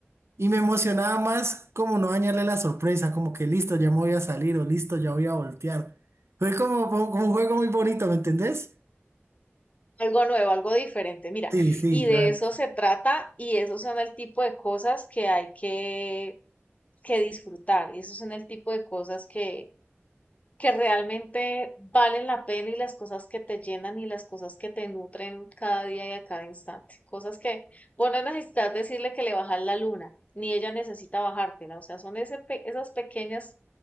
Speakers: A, on the right; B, on the left.
A: Y me emocionaba más como no dañarle la sorpresa, como que listo, ya me voy a salir o listo, ya voy a voltear. Fue como, como como un juego muy bonito, ¿me entendés?
B: Algo nuevo, algo diferente. Mira,
A: Sí, sí,
B: y de
A: la verdad.
B: eso se trata y esos son el tipo de cosas que hay que, que disfrutar y esos son el tipo de cosas que, que realmente valen la pena y las cosas que te llenan y las cosas que te nutren cada día y a cada instante. Cosas que vos no necesitas decirle que le bajas la luna, ni ella necesita bajártela. O sea, son ese pe- esas pequeñas,